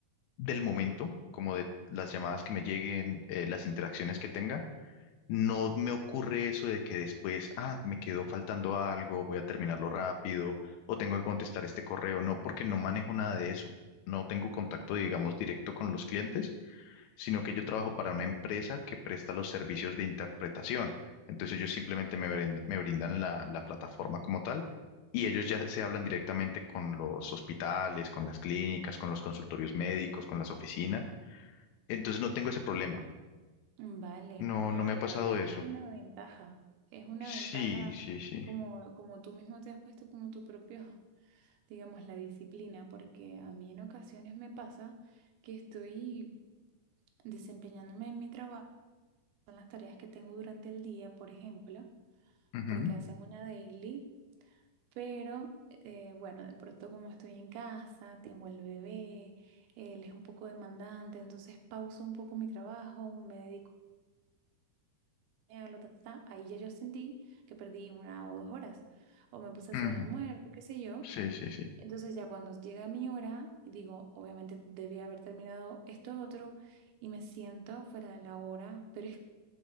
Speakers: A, on the left; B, on the right.
A: del momento, como de las llamadas que me lleguen, eh, las interacciones que tenga, no me ocurre eso de que después, ah, me quedó faltando algo, voy a terminarlo rápido o tengo que contestar este correo. No, porque no manejo nada de eso. No tengo contacto, digamos, directo con los clientes sino que yo trabajo para una empresa que presta los servicios de interpretación. Entonces ellos simplemente me brindan, me brindan la, la plataforma como tal y ellos ya se hablan directamente con los hospitales, con las clínicas, con los consultorios médicos, con las oficinas. Entonces no tengo ese problema.
B: Vale,
A: No,
B: no,
A: no me ha
B: la
A: pasado
B: verdad es
A: eso.
B: que es una ventaja, es una
A: Sí,
B: ventaja
A: sí, sí.
B: como, como tú mismo te has puesto como tu propio digamos, la disciplina, porque a mí en ocasiones me pasa que estoy desempeñándome en mi trabajo, en las tareas que tengo durante el día, por ejemplo,
A: Ujú,
B: porque hacen una daily, pero eh, bueno, de pronto como estoy en casa, tengo el bebé, él es un poco demandante, entonces pauso un poco mi trabajo, me dedico a bañarlo, ta, ta, ta, ahí ya yo sentí que perdí una o dos horas, o me puse
A: ujú.
B: a hacer el almuerzo, qué sé yo.
A: Sí, sí, sí.
B: Entonces ya cuando llega mi hora, digo, obviamente debía haber terminado esto otro y me siento fuera de la hora, pero es,